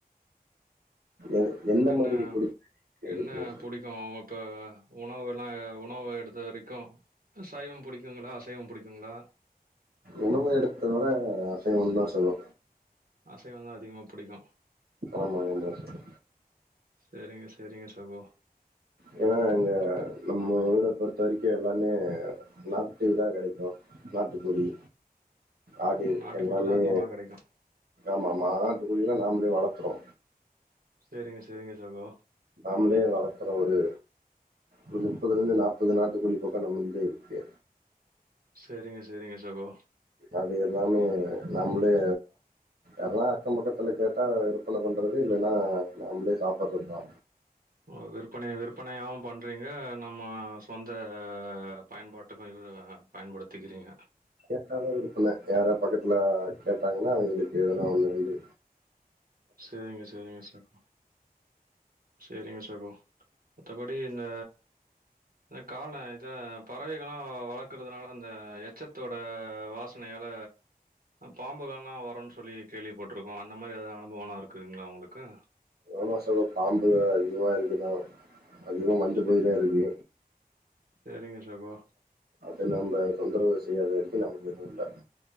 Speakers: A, on the right (about 85°); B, on the right (about 70°).
A: எ- எந்த
B: என்ன
A: மாதிரி பிடிச்சி
B: என்ன
A: இருக்கீங்க சகோ
B: புடி கு இப்ப உணவு எல்லா உணவு எடுத்த வரைக்கு ஆ சைவம் புடிக்குங்களா அசைவம் புடிக்குங்களா
A: உணவ எடுத்த வர அசைவத்தா சகோ
B: அசைவந்தா அதிகமா புடிக்கு
A: ஆமா ஆமா சகோ
B: செரிங்க செரிங்க சகோ
A: ஏன்னா அங்க
B: அப்
A: நம்ம ஊர பொறுத்த வரைக்கு எல்லாமே நாக்டிவ் தா கெடைக்கு நாட்டுக்கோழி ஆடு
B: ஓ நாட்டுக்கோழிலா
A: எல்லாமே
B: அதிகமா கெடைக்கு
A: ஆமா ஆமா ஆட்டு கோழி எல்லா நாமளே வளத்துறோ
B: சேரிங்க சேரிங்க சகோ
A: நாமளே வளத்துற ஒரு ஒரு முப்பதுல இருந்து நாற்பது நாட்டு கோழி பக்கோ நம்மகிட்டே இருக்கு
B: செரிங்க செரிங்க சகோ
A: அது எல்லாமே நம்மளே எல்லா அக்கம் பக்கத்துல கேட்டா விற்பன பண்றது இல்லன்னா நம்மளே சாப்பட்ற தா
B: ஓ விற்பனை விற்பனையாவு பண்ணுறீங்க நம்ம சொந்த பயன்பாட்டுக்கு இவ பயன்படுத்திக்கிறீங்க
A: கேட்டாதா விருப்பனே யார பக்கத்துல கேட்டாங்கன்னா அவங்களுக்கு எதனா ஒண்ணு ரெண்டு
B: சேரிங்க சேரிங்க சேர் சேரிங்க சகோ மத்தபடி இந்த இந்த கால இத பறவைகளா வளர்க்கதுனால அந்த எச்சத்தோட வாச னையால பாம்புகள்லா வருன் சொல்லி கேள்விபட்டுருக்கோ அந்த மாரி எதாவது அனுபவனா இருக்குங்களா உங்குளுக்கு
A: ஒரு மாசமா பாம்பு அதிகமா இருக்குதா அதிகமா வந்துட்டேதா
B: சே
A: இருக்கு
B: சரிங்க சகோ.
A: அப்ப நம்ப தொந்தரவு செய்யாத வரைக்கு நமக்கு எது இல்ல